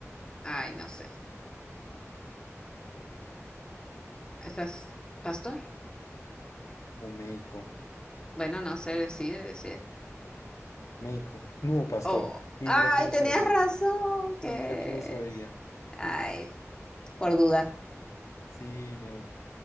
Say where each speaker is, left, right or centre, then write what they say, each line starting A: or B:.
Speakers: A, on the left; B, on the left.
A: Ay, no sé. ¿Estás pastor?
B: o médico.
A: Bueno, no sé, decide, decide.
B: Médico. No, pastor.
A: Oh,
B: Mi-
A: ay,
B: Mira que lo
A: tenías
B: sabía.
A: razón, que...
B: Mi- Mira que lo sabía.
A: Ay, por dudar.
B: Sí, no.